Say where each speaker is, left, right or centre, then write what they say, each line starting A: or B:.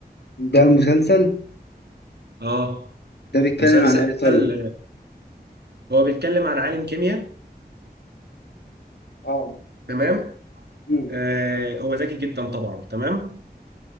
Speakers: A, on the left; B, on the right.
A: ده مسلسل
B: أه
A: ده بيتكلم
B: مسلسل
A: عن إيه طيب؟
B: آه، هو بيتكلم عن عالم كيمياء
A: اه
B: تمام
A: مم.
B: آه، هو ذكي جدا طبعا تمام